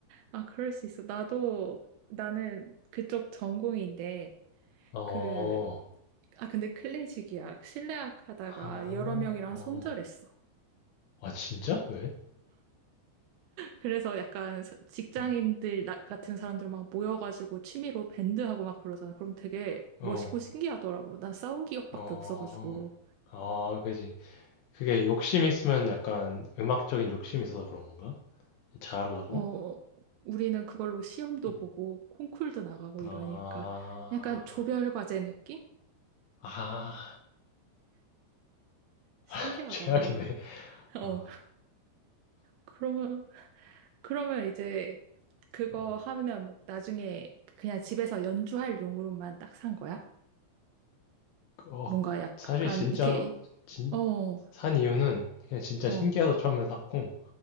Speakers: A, on the right (about 85°); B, on the left (about 80°).
A: 아, 그럴 수 있어. 나도, 나는 그쪽 전공인데,
B: 어, 어,
A: 그, 아, 근데 클래식이야. 실내악 하다가
B: 아,
A: 여러 명이랑
B: 어,
A: 손절했어.
B: 아 진짜? 왜?
A: 그래서 약간 서- 직장인들
B: 어,
A: 나- 같은 사람들 막 모여가지고 취미로 밴드하고 막 그러잖아. 그럼 되게
B: 어,
A: 멋있고 신기하더라고. 난 싸운 기억밖에
B: 어,
A: 없어가지고.
B: 아, 그지. 그게 욕심 있으면 약간 음악적인 욕심이 있어서 그런 건가? 잘하려고?
A: 어, 우리는 그걸로 시험도
B: 어.
A: 보고 콩쿨도 나가고 이러니까
B: 아,
A: 약간 조별 과제 느낌?
B: 아,
A: 신기하다.
B: <laughs> 최악이네.
A: <laughs> 어,
B: 어,
A: 그러면 그러면 이제 그거
B: 음.
A: 하면 뭐 나중에 그냥 집에서 연주할 용으로만 딱 산 거야?
B: 어,
A: 뭔가 약간
B: 사실 진짜
A: 이게
B: 진,
A: 어,
B: 산 이유는 그냥 진짜
A: 어,
B: 신기해서 처음에 샀고.